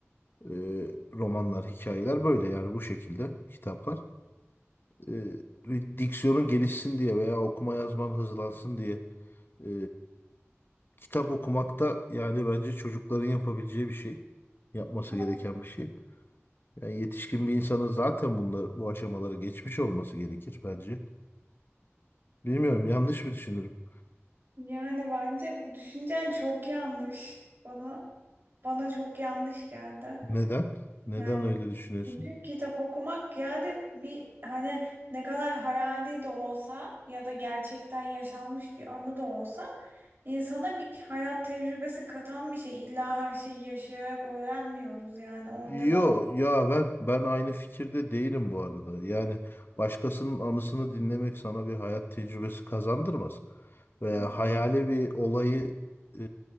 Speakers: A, on the left; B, on the right.
A: Ee, romanlar, hikayeler böyle yani bu şekilde kitaplar. e, bir diksiyonun gelişsin diye veya okuma yazman hızlansın diye e, kitap okumak da yani bence çocukların yapabileceği bir şey. Yapması
B: Evet.
A: gereken bir şey. Yani yetişkin bir insanın zaten bunlar, bu aşamaları geçmiş olması gerekir bence. Bilmiyorum yanlış mı düşünürüm?
B: Yani bence bu düşüncen çok yanlış. Bana bana çok yanlış geldi.
A: Neden? Neden
B: Yani
A: öyle düşünüyorsun?
B: Çünkü kitap okumak yani bir hani ne kadar hayali de olsa ya da gerçekten yaşanmış bir anı da olsa insana bir hayat tecrübesi katan bir şey. İlla her şeyi yaşayarak öğrenmiyoruz yani orada
A: Yo
B: da
A: ya ben ben aynı fikirde değilim bu arada. Yani başkasının anısını dinlemek sana bir hayat tecrübesi kazandırmaz. Veya
B: kazanmış.
A: hayali bir olayı e,